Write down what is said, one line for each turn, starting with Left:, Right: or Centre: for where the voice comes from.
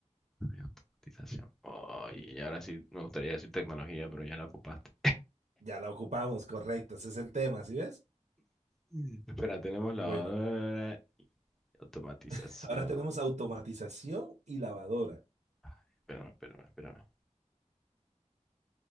Centre: Automatización. Ay, y ahora sí me gustaría decir tecnología, pero ya la ocupaste.
Right: Ya la ocupamos, correcto. Ese es el tema, ¿sí ves?
Centre: Mm. Espera, tenemos lavadora,
Right: Bueno,
Centre: automatización.
Right: <laughs> ahora tenemos automatización y lavadora.
Centre: Ay, Espérame, espérame, espérame.